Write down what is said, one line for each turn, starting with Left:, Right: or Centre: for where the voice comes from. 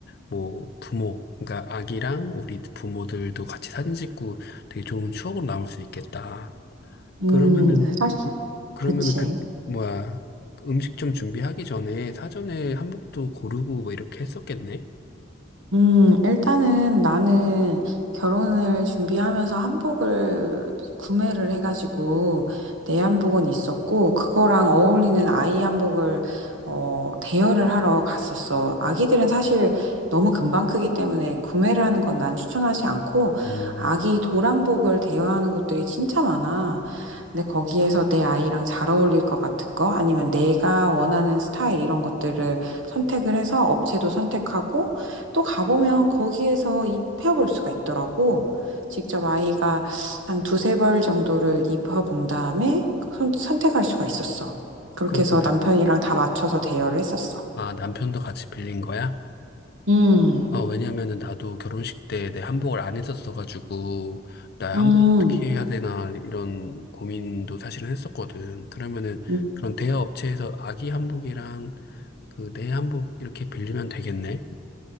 Left: 뭐, 부모, 그러니까 아기랑 우리 부모들도 같이 사진 찍고 되게 좋은 추억으로 남을 수 있겠다.
Right: 음,
Left: 그러면은,
Right: 사실,
Left: 그러면은
Right: 그치.
Left: 그, 뭐야, 그 음식 좀 준비하기 전에 사전에 한복도 고르고 뭐 이렇게 했었겠네?
Right: 음, 일단은 나는 결혼을 준비하면서 한복을 구매를 해가지고 내 한복은 있었고 그거랑 어울리는 아이 한복을 어, 대여를 하러 갔었어. 아기들은 사실 너무 금방 크기 때문에 구매를 하는 건 난 추천하지 않고
Left: 음,
Right: 아기 도란복을 대여하는 곳들이 진짜 많아. 근데 거기에서 내 아이랑 잘 어울릴 것 같은 거 아니면 내가 원하는 스타일 이런 것들을 선택을 해서 업체도 선택하고 또 가보면 거기에서 입혀볼 수가 있더라고. 직접 아이가 한 두세 벌 정도를 입혀본 다음에 선- 선택할 수가 있었어. 그렇게
Left: 그럼
Right: 해서
Left: 그, 남-
Right: 남편이랑 다 맞춰서 대여를 했었어.
Left: 아, 남편도 같이 빌린 거야?
Right: 음,
Left: 어, 왜냐면은 나도 결혼식 때 내 한복을 안 했었어가지고, 나
Right: 음.
Left: 한복 어떻게 해야 되나 이런 고민도 사실은 했었거든. 그러면은
Right: 음.
Left: 그런 대여 업체에서 아기 한복이랑 그 내 한복 이렇게 빌리면 되겠네?